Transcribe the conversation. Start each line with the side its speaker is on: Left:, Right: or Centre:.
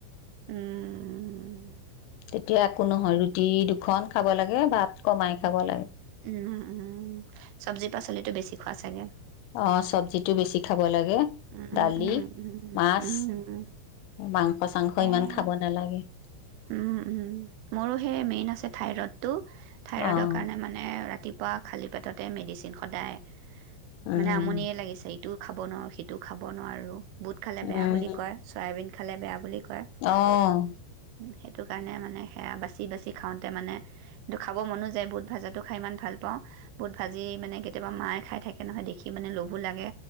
Right: উমমম
Left: তেতিয়া একো নহয় ৰুটি দুখন খাব লাগে ভাত কমাই খাব লাগে।
Right: উম, উম, চব্জি পাচলিটো বেছি খোৱা চাগে?
Left: অ চব্জি টো বেছি খা <unintelligible> লাগে,
Right: উম,
Left: দালি,
Right: উম, উম, উম,
Left: মাছ
Right: উম, উম,
Left: মাংস চাংস ইমান
Right: এয়া।
Left: খাব নালাগে। ‌
Right: উম, উম, মোৰো সেই মেইন আছে থাইৰড। <unintelligible> থাইৰইডৰ
Left: অ'
Right: কাৰণে মানে ৰাতি বা খালী পেটতে মেডিচিন সদায়।
Left: উম
Right: মানে আমনিয়ে লাগিছে এইত ইটোও খাব নোৱাৰোঁ সিটোও খাব নোৱাৰোঁ। বুট খালে
Left: উম
Right: বেয়া বুলি কয় চয়াবিন ইফালে বেয়া বুলি পা
Left: অ'
Right: সেইটো কাৰণে মানে সেয়া বাচি বাচি খাওঁতে মানে, কিন্তু খাব মনো যায়। বুট ভাজাটো খাই ইমান ভাল পাওঁ, বুট ভাজি মানে কেতিয়াবা মায়ে খাই থাকে নহয় দেখি মানে লোভ লাগে